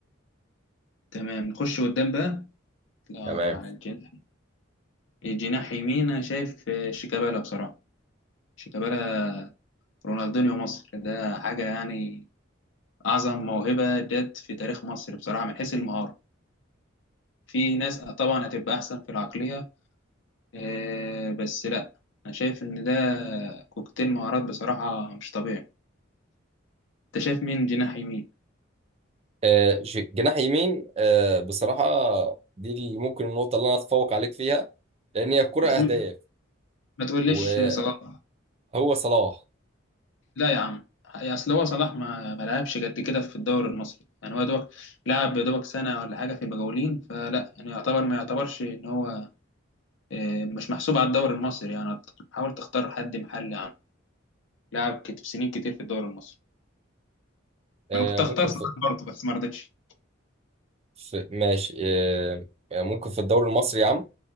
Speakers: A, on the left (about 70°); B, on the right (about 30°).
A: تمام نخش قدام بقى لا
B: تمام
A: على الجناح الجناح يمين أنا شايف آه، شيكابالا بصراحة شيكابالا رونالدينيو مصر ده حاجة يعني أعظم موهبة جت في تاريخ مصر بصراحة من حيث المهارة في ناس طبعا هتبقى أحسن في العقلية آه، بس لا أنا شايف إن ده كوكتيل مهارات بصراحة مش طبيعي أنت شايف مين جناح يمين؟
B: آه، ج- جناح يمين آه، بصراحة دي اللي ممكن النقطة اللي أنا أتفوق عليك فيها لأن هي الكرة
A: ما
B: أهداف
A: تقول- ما تقوليش
B: وهو
A: صلاح
B: صلاح
A: لا يا عم يعني اصل هو صلاح ما ما لعبش قد كده في الدوري المصري يعني هو يا دوبك لعب يا دوبك سنه ولا حاجه في المجاولين فلا يعني يعتبر ما يعتبرش ان هو آه، مش محسوب على الدوري المصري يعني أكتر. حاول تختار حد محلي عنه لعب كت- سنين كتير في الدوري المصري
B: آه،
A: انا كنت هختار
B: ممكن
A: صلاح
B: في,
A: برضه بس ما رضيتش
B: في ماشي آه، آه، ممكن في الدوري المصري يا عم